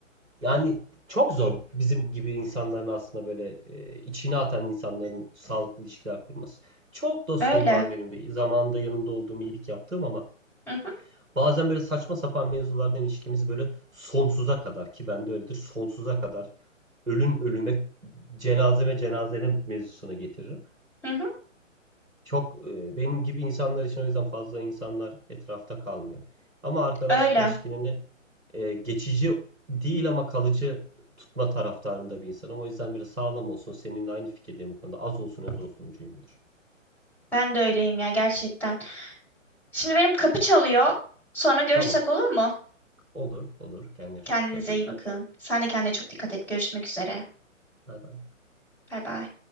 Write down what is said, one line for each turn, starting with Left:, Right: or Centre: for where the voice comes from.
Right: Yani çok zor bizim gibi insanların aslında böyle e, içine atan insanların sağlıklı ilişkiler kurması. Çok dostum
Centre: Öyle.
Right: var benim de. Zamanında yanında olduğum iyilik yaptığım ama
Centre: Hı hı,
Right: bazen böyle saçma sapan mevzulardan ilişkimiz böyle sonsuza kadar ki bende öyledir sonsuza kadar ölün ölüme cenazeme cenazene mevzusuna getiririm.
Centre: hı hı,
Right: Çok e, benim gibi insanlar için o yüzden fazla insanlar etrafta kalmıyor. Ama arkadaşlık
Centre: öyle.
Right: ilişkilerini e, geçici değil ama kalıcı tutma taraftarında bir insanım. O yüzden biraz sağlam olsun. Seninle aynı fikirdeyim bu konuda. Az olsun öz olsuncuyumdur.
Centre: Ben de öyleyim ya gerçekten. Şimdi benim kapı çalıyor. Sonra görüşsek
Right: Tamam.
Centre: olur mu?
Right: Olur, olur. Kendine çok
Centre: Kendinize
Right: dikkat et.
Centre: iyi bakın. Sen de kendine çok dikkat et. Görüşmek üzere.
Right: Bay bay.
Centre: Bay bay.